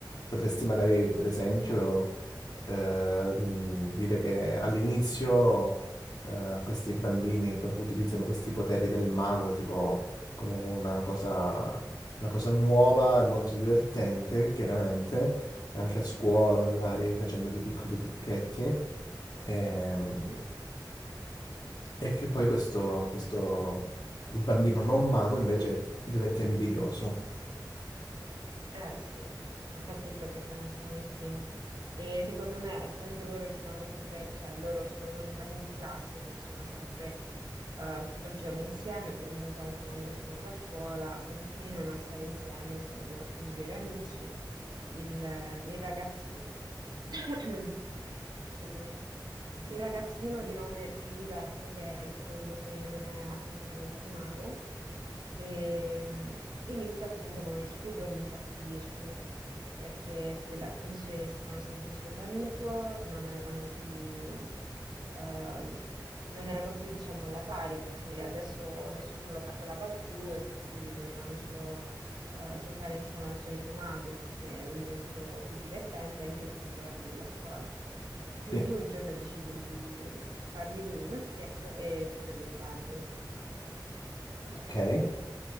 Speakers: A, on the left (about 55°); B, on the right (about 65°).
A: Potresti magari, per esempio,
B: ok.
A: eh, mh, dire che all'inizio eh, questi bambini co- utilizzano questi poteri del mago tipo come una cosa, una cosa nuova e molto divertente, chiaramente, anche a scuola magari facendo dei piccoli trucchetti. Ehm,
B: Mm.
A: e che poi questo, questo, il bambino non mago invece diventa invidioso.
B: Eh sì, infatti è quello che pensavo anch'io. E secondo me, essendo loro che vanno sempre, cioè loro sono due compagni di classe, quindi sono sempre eh, tutto il giorno insieme, poi comunque anche quando escono da scuola continuano a stare insieme, essendo migliori amici. il, il ragazzino, <coughs> <clears throat> scusami, il ragazzino di nome Filiberto, che è quello che non è appunto diventato mago, e, mh, inizia appunto, come dicevi tu, ad infastidirsi, perché tutte le attenzioni stavano sempre sull'amico, non avevano più... ehm, non erano più, diciamo, alla pari perché adesso nessuno lo calcolava più e tutti volevano solo eh, giocare insieme al suo amico mago perché era diventato più divertente e anche più popolare della scuola. Così
A: Sì.
B: un giorno decide di, di fargli lui uno scherzo e chiuderlo in bagno.
A: Ok.